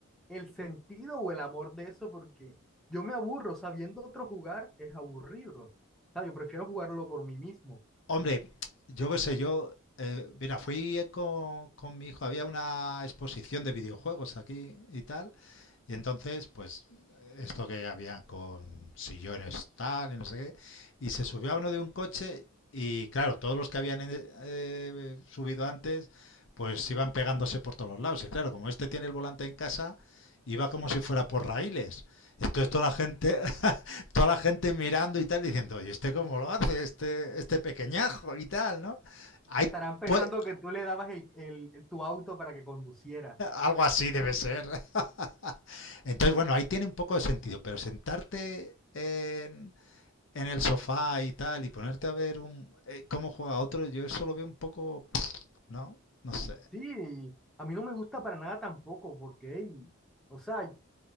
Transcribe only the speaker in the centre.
el sentido o el amor de eso porque yo me aburro, o sea, viendo a otro jugar es aburrido. O sea, yo prefiero jugarlo por mí mismo.
Estarán pensando
que tú le dabas el, el- el- tu auto para que conduciera.
Sí, a mí no me gusta para nada tampoco porque, ey, o sea,